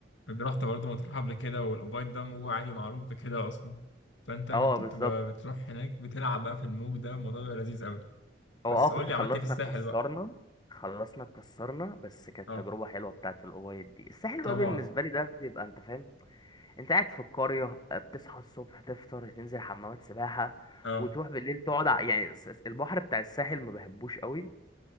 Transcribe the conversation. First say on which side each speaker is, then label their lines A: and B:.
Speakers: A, on the left; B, on the left.
A: كنت رحت برضه مطروح قبل كده والأبيض ده موجه عالي معروف بكده اصلا فانت كنت
B: اه بالظبط
A: بتبقى بتروح هناك بتلعب بقى في الموج ده الموضوع بيبقى لذيذ قوي
B: هو
A: بس
B: اه كنت
A: قول لي
B: خلصنا
A: عملت ايه في الساحل
B: اتكسرنا
A: بقى
B: خلصنا اتكسرنا بس كانت
A: اه
B: تجربة حلوة بتاعت الأبيض دي الساحل
A: طبعا
B: بقى بالنسبة لي ده بيبقى انت فاهم انت قاعد في القرية آه، بتصحى الصبح تفطر تنزل حمامات سباحة
A: اه
B: وتروح بالليل تقعد ع- يعني الس- الس- البحر بتاع الساحل ما بحبوش قوي